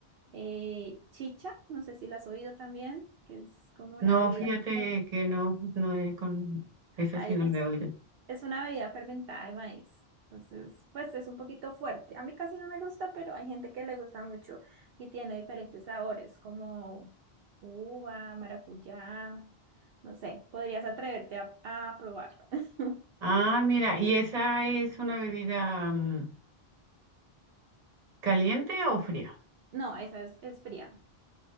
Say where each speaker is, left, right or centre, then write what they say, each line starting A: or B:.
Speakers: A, on the right; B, on the right.
A: Eh, chicha, no sé si la has oído también, que es como una
B: No,
A: bebida
B: fíjate
A: fermentada.
B: que no, no he con esa
A: es,
B: sí no la he oído.
A: es una bebida fermentada de maíz. Entonces, pues es un poquito fuerte. A mí casi no me gusta, pero hay gente que le gusta mucho y tiene diferentes sabores, como uva, maracuyá, no sé, podrías atreverte a, a probarla. <laughs>
B: Ah, mira, ¿y esa es una bebida mm, caliente o fría?
A: No, esa es, es fría.